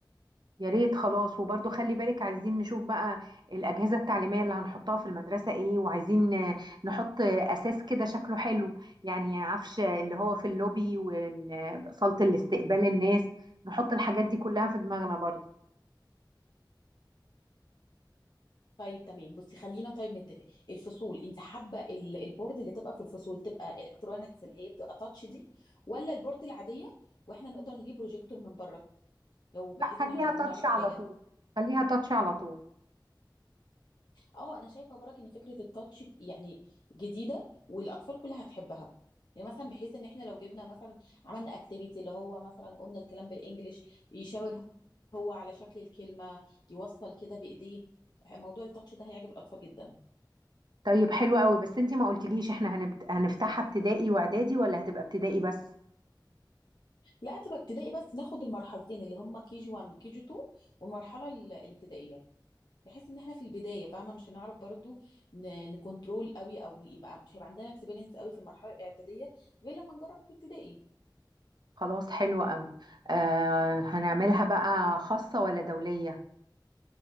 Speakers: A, on the right (about 60°); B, on the left (about 60°).
A: يا ريت خلاص وبرضو خلي بالك عايزين نشوف بقى الأجهزة التعليمية اللي هنحطها في المدرسة ايه وعايزين آه، نحط آه، أساس كده شكله حلو يعني عفش اللي هو في اللوبي وصالة الاستقبال الناس نحط الحاجات دي كلها في دماغنا برضو
B: طيب تمام بصي خلينا طيب نتفق الفصول انت حابه ال- البورد اللي تبقى في الفصول تبقى الكترونكس اللي هي بتبقى تاتش دي ولا البورد العاديه واحنا نقدر نجيب بروجيكتور من بره لو بحيث
A: لا خليها
B: ان احنا عايزين
A: تاتش
B: نعرض
A: على
B: حاجه
A: طول خليها تاتش على طول
B: اه انا شايفه برك ان فكره التاتش يعني جديده والاطفال كلها هتحبها يعني مثلا بحيث ان احنا لو جبنا مثلا عملنا اكتيفيتي اللي هو مثلا قلنا الكلام بالانجلش يشاور هو على شكل الكلمه يوصل كده بايديه موضوع التاتش ده هيعجب الاطفال جدا
A: طيب حلو قوي بس انتي ما قلتليش احنا هنبت... هنفتحها ابتدائي واعدادي ولا هتبقى ابتدائي بس
B: لا تبقى ابتدائي بس ناخد المرحلتين اللي هم كي جي 1 وكي جي 2 والمرحله ال- الابتدائيه بحيث ان احنا في البدايه فاهمه مش هنعرف برضو ن- نكنترول قوي او يبقى مش هيبقى عندنا اكسبيرينس قوي في المرحله الاعداديه غير لما نجرب في الابتدائي
A: خلاص حلو قوي آه هنعملها بقى خاصة ولا دولية